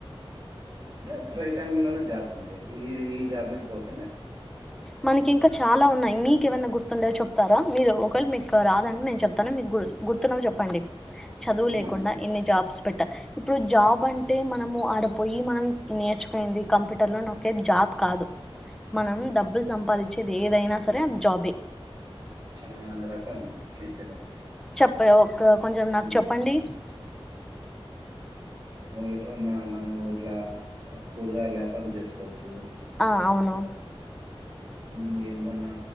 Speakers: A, on the right; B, in the centre.
A: అంటే రైతాంగంలోనే జాబ్ అంతే ఇంకా ఈ ఈ జాబ్ మీద పోతేనే అ
B: మనకి ఇంకా చాలా ఉన్నాయి మీకు ఏమైనా గుర్తుండేదో చెప్తారా మీరు ఒకవేళ మీకు రాదంటడి నేను చెప్తాను మీకు గు గుర్తున్నవి చెప్పండి చదువు లేకుండా
A: మాకు గుర్తు.
B: ఇన్ని జాబ్స్ పెట్ట ఇప్పుడు జాబ్ అంటే మనము ఆడపోయి మనం నేర్చుకుయింది కంప్యూటర్ లో ఒకే జాబ్ కాదు మనం డబ్బుల్ సమ్ ఏదైనా సరే అది జాబే
A: చానా రకాలు ఉన్నాయి చేసేదానికి
B: చెప్ప ఒక కొంచెం నాకు
A: హ్మ్.
B: చెప్పండి
A: ఎటున్నా మనం ఇట్లా కూరగాయల యాపారం చేసుకోవచ్చు
B: ఆ అవును
A: ఉమ్ ఏందన్నా